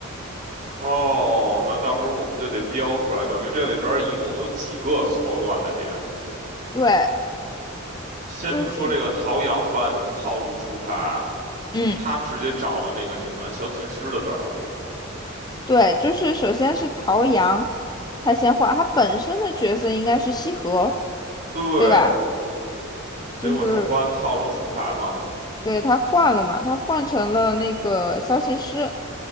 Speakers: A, on the right; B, on the left.
A: 哦，那到时候我们就得标出来，等于这里边儿一共有几个错乱的点啊。
B: 对，
A: 先是说这个陶阳不按套路出牌，
B: 就是嗯。
A: 他直接找了那个什么小琴师的本儿。
B: 对，就是首先是陶阳，他先换，他本身的角色应该是西河，
A: 对，
B: 对吧？就是
A: 结果他不按套路出牌嘛，
B: 对他换了嘛，他换成了那个萧琴师，